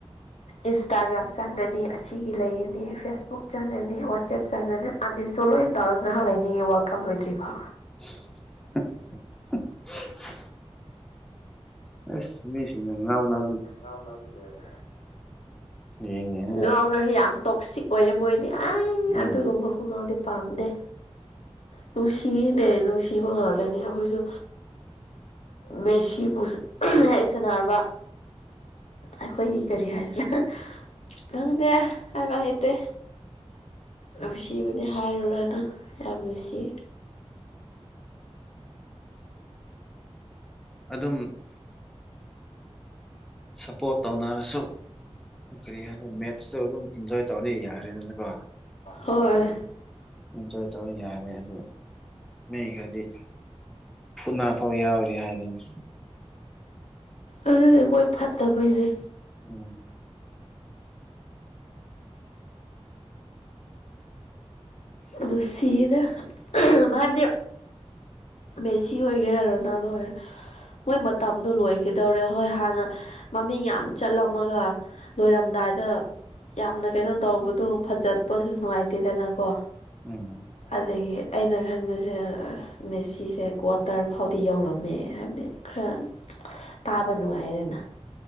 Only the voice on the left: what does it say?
ꯏꯟꯁꯇꯥꯒ꯭ꯔꯥꯝ ꯆꯪꯒꯅꯤ ꯑꯁꯤꯒꯤ ꯂꯩꯌꯦꯅꯤ ꯑꯅꯤ ꯐꯦꯁꯕꯨꯛ ꯆꯪꯉꯅꯤ ꯋꯥꯆꯦꯞ ꯆꯪꯉꯅꯤ ꯑꯅꯤꯁꯤꯇꯣ ꯂꯣꯏꯅ ꯇꯧꯔꯒ ꯉꯥꯏꯍꯥꯛ ꯂꯩꯅꯤꯡꯉꯤ ꯋꯥꯔꯜ ꯀꯞ ꯂꯣꯏꯗ꯭ꯔꯤ ꯐꯣ
ꯑꯥꯎꯅꯃꯤꯂꯔꯦ
ꯉꯥꯎꯅꯔꯁꯨ ꯌꯥꯝ ꯇꯣꯛꯁꯤꯛ ꯑꯣꯏꯌꯦ ꯃꯣꯏꯗꯤ ꯑꯩ
ꯑꯗꯨꯒꯨꯝꯕꯁꯨ ꯉꯥꯎꯗꯤꯦ ꯄꯥꯝꯗꯦ ꯅꯨꯡꯁꯤꯅꯦ ꯅꯨꯡꯁꯤꯕ ꯉꯥꯗꯣꯏꯅꯦ ꯑꯩꯈꯣꯏꯁꯨ ꯃꯦꯁꯤ ꯄꯨ ꯍꯥꯏꯁꯦꯅꯔꯔꯕ ꯑꯩꯈꯣꯏꯒꯤ ꯀꯔꯤ ꯍꯥꯏꯁꯤꯅ ꯈꯪꯗꯦ ꯍꯥꯏꯕ ꯍꯩꯇꯦ ꯅꯨꯡꯁꯤꯕꯗꯤ ꯍꯥꯏꯔꯨꯔꯅ ꯌꯥꯝ ꯅꯨꯡꯁꯤ
ꯍꯣꯏ
ꯑꯗꯨꯅꯦ ꯃꯣꯏ ꯐꯠꯇꯕꯩꯅꯦ
ꯃꯁꯗ ꯃꯥꯗ ꯃꯦꯁꯤ ꯑꯣꯏꯒꯦꯔꯅ ꯂꯔ ꯃꯣꯏ ꯃꯇꯝꯗꯣ ꯂꯣꯏꯈꯤꯗꯧꯔꯦ ꯍꯣꯏ ꯍꯥꯟꯅ ꯃꯃꯤꯡ ꯌꯥꯝ ꯆꯠꯂꯝꯃꯒ ꯂꯣꯏꯔꯝꯗꯥꯏꯗ ꯌꯥꯝꯅ ꯀꯩꯅꯣ ꯇꯧꯕꯗꯣ ꯐꯖꯠꯄꯁꯨ ꯅꯨꯡꯉꯥꯏꯇꯦꯗꯅꯀꯣ
ꯑꯗꯒꯤ ꯑꯩꯅ ꯈꯟꯕꯁꯦ ꯃꯦꯆꯤ ꯁꯤꯁꯦ ꯀ꯭ꯋꯥꯇꯔ ꯐꯥꯎꯗꯤ ꯌꯧꯔꯝꯃꯦ ꯍꯥꯏꯕꯗꯤ ꯈꯔ ꯇꯥꯕ ꯅꯨꯡꯉꯥꯏꯌꯦꯗꯅ